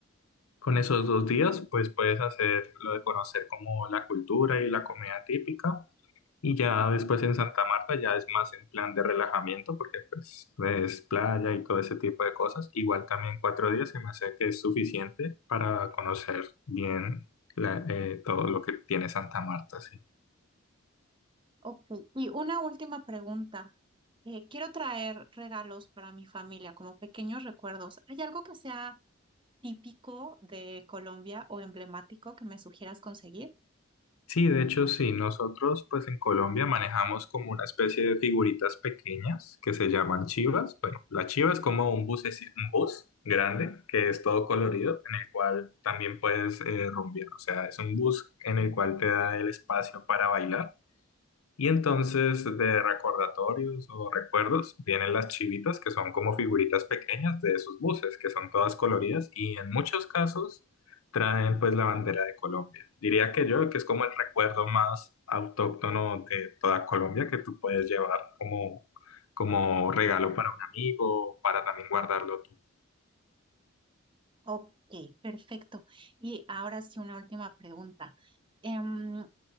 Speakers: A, on the left; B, on the right.
A: Con esos dos días, pues puedes hacer lo de conocer como la cultura y la comida típica. Y ya después en Santa Marta ya es más en plan de relajamiento, porque pues es playa y todo ese tipo de cosas. Igual también cuatro días se me hace que es suficiente para conocer bien la- eh, todo lo que tiene Santa Marta, sí.
B: Ok, y una última pregunta. Eh, quiero traer regalos para mi familia como pequeños recuerdos. ¿Hay algo que sea típico de Colombia o emblemático que me sugieras conseguir?
A: Sí, de hecho, sí, nosotros pues en Colombia manejamos como una especie de figuritas pequeñas que se llaman chivas. Bueno, la chiva es como un bus, un bus grande que es todo colorido en el cual también puedes eh, rumbear. O sea, es un bus en el cual te da el espacio para bailar. Y entonces de recordatorios o recuerdos vienen las chivitas, que son como figuritas pequeñas de esos buses, que son todas coloridas y en muchos casos traen pues la bandera de Colombia. Diría que yo, que es como el recuerdo más autóctono de toda Colombia que tú puedes llevar como, como regalo para un amigo, para también guardarlo tú
B: Ok, perfecto. Y ahora sí, una última pregunta. Em,